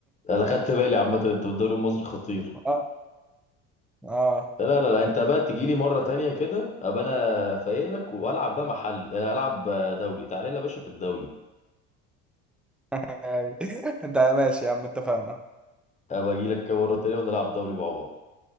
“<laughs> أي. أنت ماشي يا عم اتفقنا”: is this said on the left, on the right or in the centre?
Centre